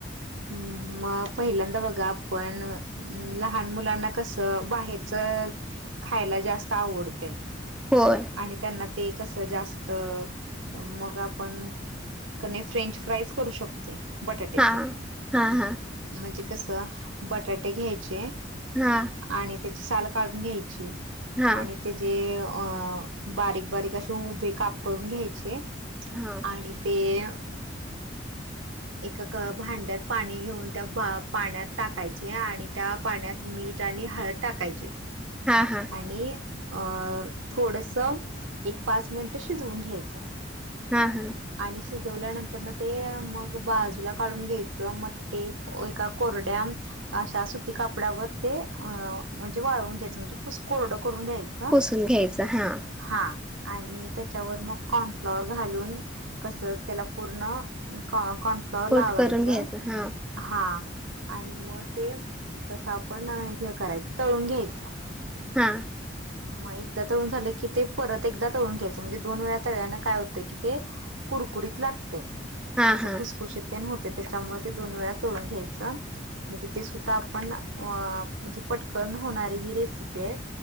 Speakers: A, on the right; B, in the centre.
A: मम मग पहिल्यांदा बघा आपण लहान मुलांना कसं बाहेरच खायला जास्त आवडतय
B: होय
A: आणि त्यांना ते कसं जास्त मग आपण कने फ्रेंच फ्राईज करू शकतोय बटाट्याचे
B: हा, हा, हा
A: म्हणजे कसं बटाटे घ्यायचे
B: हा.
A: आणि त्याची साल काढून घ्यायची
B: हा
A: आणि त्या जे अ बारीक, बारीक असे उभे काप करून घ्यायचे
B: हा
A: आणि ते अ एका भांड्यात पाणी घेऊन त्या पाण्यात टाकायचे आणि त्या पाण्यात मीठ आणि हळद टाकायची.
B: हा, हा
A: आणि अ थोडंसं एक पाच मिनटं शिजवून घ्यायचं.
B: हा, हा.
A: आणि शिजवल्यानंतरन ते मग बाजूला काढून घ्यायचं, मग ते एका कोरड्या अशा सुती कापड्यावर ते अ म्हणजे वाळवून घ्यायचं म्हणजे पुस कोरडं करून घ्यायचं.
B: पुसून घ्यायचं हा.
A: हा आणि त्याच्यावर मग कॉर्नफ्लॉवरवर घालून कस त्याला पूर्ण कॉन-कॉर्नफ्लॉवर
B: कोट
A: लावायचं.
B: करून घ्यायचं हा
A: हा आणि मग ते कसं आपण हे करायचं तळून घ्यायचं. ‌
B: हा.
A: मग एकदा तळून झालं की ते परत एकदा तळून घ्यायचं म्हणजे दोन वेळा तळल्यानं काय होतंय कि ते कुरकुरीत लागतंय.
B: हा
A: असं
B: हा
A: खुसखुशीत तेन होतंय. त्याच्यामुळे ते दोन वेळा तळुन घ्यायचं. म्हणजे ते सुद्धा आपण अ म्हणजे पटकन होणारी हि रेसिपी आहे.